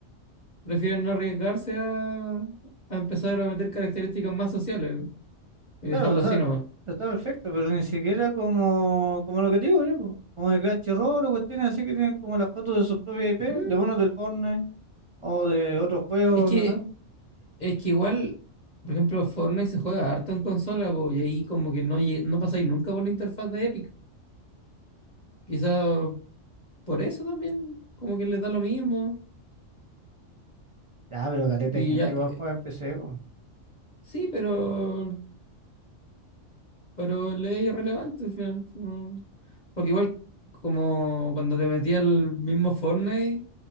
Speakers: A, on the left; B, on the right.
A: Prefieren no arriesgarse a, a empezar a meter características más sociales y
B: Claro,
A: dejarlo
B: o sea,
A: así nomás.
B: está perfecto, pero ni siquiera como, como lo que te digo yo, po. como de Crunchyroll o cuestiones así que tienen como las fotos de su propia IP,
A: Mm,
B: de monos del Fortnite o de otros juegos,
A: Es que,
B: no sé.
A: es que igual, por ejemplo, Fortnite se juega harto en consola, po, y ahí como que no, lle- no pasáis nunca por la interfaz de Epic. Quizá por eso también, como que les da lo mismo.
B: Ah, pero caleta
A: Y
B: de gente
A: ya,
B: igual juega
A: eh,
B: en PC, po.
A: sí, pero, pero le es irrelevante al final. no. Porque igual, como cuando te metías al mismo Fortnite